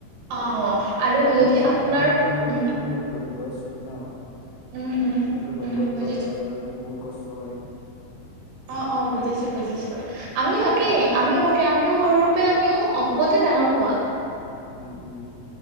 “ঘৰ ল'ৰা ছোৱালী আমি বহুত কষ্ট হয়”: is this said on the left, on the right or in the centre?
Left